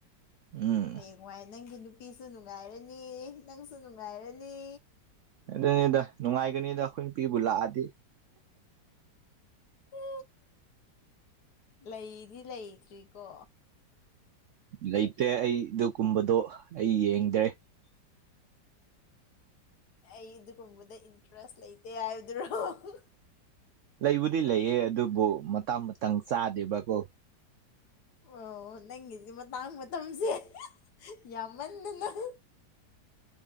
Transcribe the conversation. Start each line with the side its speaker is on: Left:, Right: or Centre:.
Right: ꯎꯝ
Left: ꯍꯌꯦꯡꯋꯥꯏ ꯅꯪꯒꯤ ꯅꯨꯄꯤꯁꯨ ꯅꯨꯡꯉꯥꯏꯔꯅꯤ ꯅꯪꯁꯨ ꯅꯨꯡꯉꯥꯏꯔꯅꯤ
Right: ꯑꯗꯨꯅꯤꯗ ꯅꯨꯡꯉꯥꯏꯒꯅꯤꯗ ꯑꯩꯈꯣꯏ ꯅꯨꯄꯤꯕꯨ ꯂꯥꯛꯑꯗꯤ
Left: ꯔꯤ ꯎ ꯂꯩꯗꯤ ꯂꯩꯇ꯭ꯔꯤꯀꯣ
Right: ꯂꯩꯇꯦ ꯑꯩ ꯑꯗꯨꯒ ꯀꯨꯝꯕꯗꯣ ꯑꯩ ꯌꯦꯡꯗ꯭ꯔꯦ <inaudible>
Left: ꯑꯩ ꯑꯗꯨꯒꯨꯝꯕꯗ ꯏꯟꯇꯔꯦꯁ ꯂꯩꯇꯦ ꯍꯥꯏꯕꯗꯨꯔꯣ
Right: ꯂꯩꯕꯨꯗꯤ ꯂꯩꯌꯦ ꯑꯗꯨꯕꯨ ꯃꯇꯥꯡ ꯃꯇꯝꯥꯡ ꯆꯥꯗꯦꯕꯀꯣ
Left: ꯑꯣ ꯅꯪꯒꯤꯗꯤ ꯃꯇꯥꯡ ꯃꯇꯝꯁꯦ ꯌꯥꯝꯃꯟꯗꯅ <unintelligible>